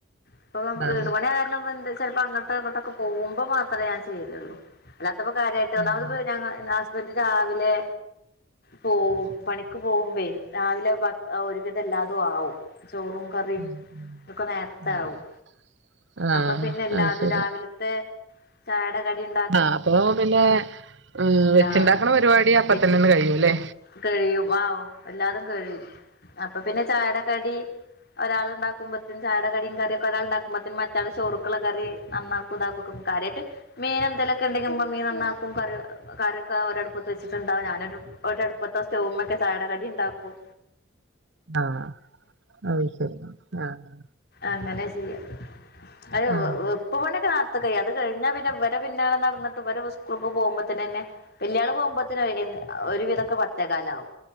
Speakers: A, on the left; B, on the right.
A: ഇപ്പൊ വീട്
B: ആഹ്
A: പണിയായ കാരണം എന്തെ ചെൽപം അങ്ങൻ അങ്ങട്ടൊ ഇങ്ങട്ടൊക്കെ പോകുമ്പം മാത്രേ ഞാ ചെയ്യലൊള്ളു. അല്ലാത്തപ്പം കാര്യായിട്ട് ഒന്നാമത്
B: ആഹ്
A: ഇപ്പ ഞങ്ങള് നാസ്. പ്പന്റ് രാവിലെ പോവും. പണിക്ക് പോവുമ്പെ രാവിലെ. ഇപ്പ ആഹ്, ഒരുവിധം എല്ലാതും ആവും, ചോറും. ക്കറിം,
B: ആഹ് ആഹ്
A: ഇതൊക്കെ നേര്ത്താവും.
B: ആഹ് ആഹ്
A: അപ്പപിന്നെ എല്ലാതും.
B: അത് ശരി
A: ലത്തെ ചായടെ കടിം.
B: ആഹ്. അപ്പൊ പിന്നെ അ വെച്ച്
A: ആഹ്
B: ഇണ്ടാക്ക്ണ പരിപാടി അപ്പത്തന്നെന്ന്
A: വെച്ച്
B: കഴിയുല്ലെ.
A: കഴിയും. ആവ് എല്ലാതും കഴിയും. അപ്പ പിന്നെ ചായെടെ കടി ഒരാള്. ഇണ്ടാക്കുമ്പത്തിന് ചയടെ കടിം, കറിയെക്കെ ഒരാള് ഇണ്ടാക്കുമ്പത്തിന്. മറ്റെ ആള് ചോറ്ക്ക്ള്ള കറി. നന്നാക്കും, ഇതാക്കും. കാര്യായിട്ട് മീനെന്തെയിലൊക്കെണ്ടെങ്കില് മീൻ നന്നാക്കും കറിഎട് കറിയ ക്കാ ഒരടുപ്പത്ത് വെച്ചിട്ട് ഇണ്ടാവും. ഞാനൊരു ഒര് അട്പ്പത്തൊ സറ്റൗമ ക്കെ ചായകടി ഇണ്ടാക്കും.
B: ആഹ്. അഹ് ശെരി. ആഹ്.
A: അങ്ങനെ ചെയ്യ. അഹ്
B: ആഹ്
A: വെപ്പ് പണ്യാെക്കെ നേർ ത് കയ്യ. അത് കഴിഞ്ഞാ പിന്നെ ഇവരെ പിന്നാലെ നടന്നിട്ട്. ഇവരെ സ്കൂൾക്ക് പോകുമ്പത്തിനെന്നെ വല്യാള് പോവുമ്പേ ത്തിനൊയിൻ ഒരുവിധൊക്കെ പത്തേക്കാ ലാവും.